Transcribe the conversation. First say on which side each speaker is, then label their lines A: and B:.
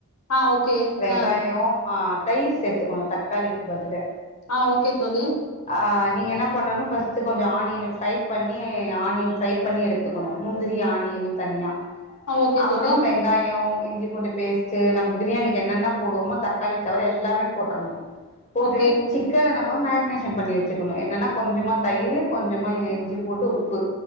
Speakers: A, on the left (about 85°); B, on the left (about 30°).
A: ஆ ஓகே
B: வெங்காயொ
A: ஆ
B: ஆ தயிர் சேத்துக்கணு தக்காளிக்கி பதுல
A: ஆ ஓகே தோழி
B: ஆ நீங்க என்னா பண்ணணு ஃபஸ்ட்டு கொஞ்சொ ஆனியன ஃப்ரை பண்ணி ஆனியன் ஃப்ரை பண்ணி எடுத்துக்கொணு முந்திரி ஆனியனு தனியா
A: ஆ ஓகே
B: அப்றொ
A: தோழி
B: வெங்காயொ இஞ்சி பூண்டு பேஸ்ட்டு நம் பிரியாணிக்கு என்னென்ன போடுவோமோ தக்காளிய தவர எல்லாமே போட்ரணு போட்டுட்டு
A: ஓகே
B: சிக்கன நம்ம மேரினேஷன் பண்ணி வச்சுக்கணு என்னன்னா கொஞ்சமா தயிரு கொஞ்சொ மா இஞ்சி பூண்டு உப்பு